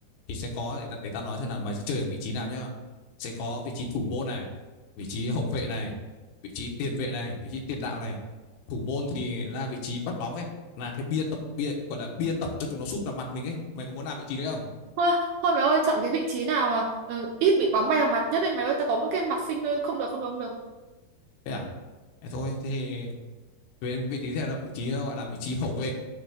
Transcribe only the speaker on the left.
thì sẽ có để, để tao nói xem là mày sẽ chơi ở vị trí nào nhá sẽ có vị trí thủ môn này vị trí hậu vệ này vị trí tiền vệ này vị trí tiền đạo này thủ môn thì là vị trí bắt bóng ấy là cái bia tập bia gọi là bia tập cho chúng nó sút vào mặt mình ấy mày có muốn làm vị trí đấy không
thế à thế thôi thế thì về vị trí thế là vị trí gọi là vị trí hậu vệ